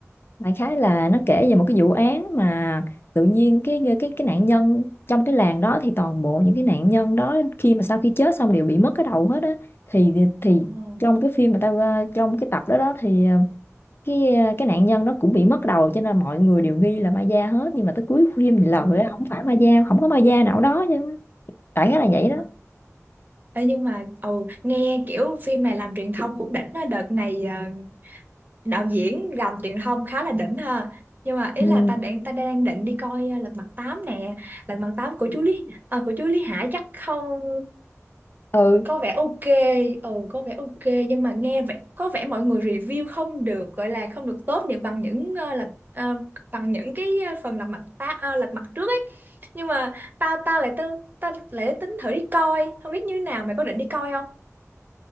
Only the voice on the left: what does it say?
Đại khái là nó kể về một cái vụ án mà tự nhiên cái cái cái nạn nhân trong cái làng đó thì toàn bộ những cái nạn nhân đó khi mà sau khi chết xong đều bị mất cái đầu hết á thì thì
trong cái phim mà tao ờ, trong cái tập đó đó thì ờ, cái ờ, cái nạn nhân nó cũng bị mất đầu cho nên mọi người đều nghi là ma da hết nhưng mà tới cuối phim thì lời
á, không phải ma da không có ma da nào đó chứ đại khái là vậy
đó
ừ,
ừ.